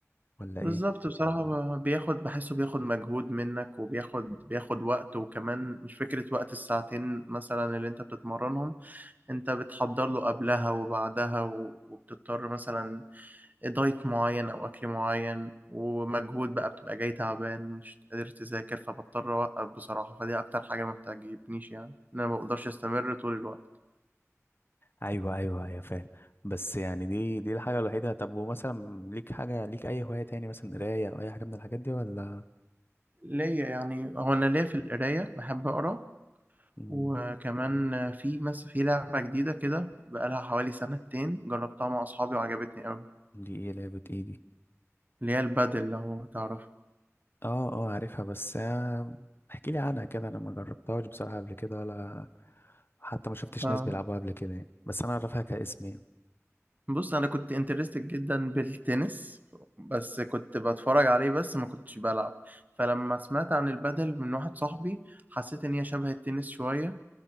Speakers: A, on the left; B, on the right.
A: ولا
B: بالظبط
A: ايه
B: بصراحة ب- بياخد بحسه بياخد مجهود منك وبياخد بياخد وقت وكمان مش فكرة وقت الساعتين مثلا اللي أنت بتتمرنهم أنت بتحضر له قبلها وبعدها و- وبتضطر مثلا دايت معين أو أكل معين ومجهود بقى بتبقى جاي تعبان مش قادر تذاكر فبضطر أوقف بصراحة فدي أكتر حاجة ما بتعجبنيش يعني إن أنا ما بقدرش أستمر طول الوقت
A: ايوه ايوه ايوه فاهم بس يعني دي دي الحاجة الوحيدة طب ومثلا ليك حاجة ليك اي هواية تاني مثلا قراية او اي حاجة من الحاجات دي ولا
B: ليا يعني هو أنا ليا في القراية باحب أقرا
A: مم،
B: وكمان في مس في لعبة جديدة كده بقالها حوالي سنتين جربتها مع أصحابي وعجبتني أوي
A: دي ايه لعبة ايه دي
B: اللي هي البادل لو تعرفها
A: اه اه عارفها بس آه، احكي لي عنها كده انا ما جربتهاش بصراحة قبل كده ولا حتى ما شفتش
B: آه،
A: ناس بيلعبوها قبل كده يعني. بس انا اعرفها كاسم يعني
B: بص أنا كنت انترستد جدا بالتنس بس كنت بتفرج عليه بس ما كنتش بلعب فلما سمعت عن البادل من واحد صاحبي حسيت إن هي شبه التنس شوية